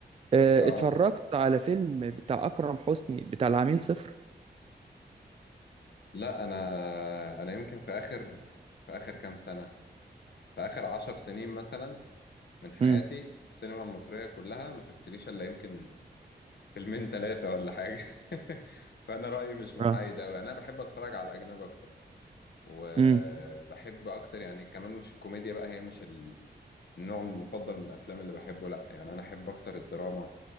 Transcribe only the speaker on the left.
اه
لا انا انا يمكن في اخر في اخر كام سنه في اخر عشر سنين مثلا من حياتي
في السينما المصريه كلها ما شفتليش الا يمكن فيلمين ثلاثه ولا حاجه <laughs> فانا رايي مش محايد
قوي يعني انا بحب اتفرج على الاجنبي اكتر وبحب
اكتر يعني كمان مش الكوميديا بقى هي مش النوع المفضل من الافلام اللي بحبه لا يعني انا احب اكتر الدراما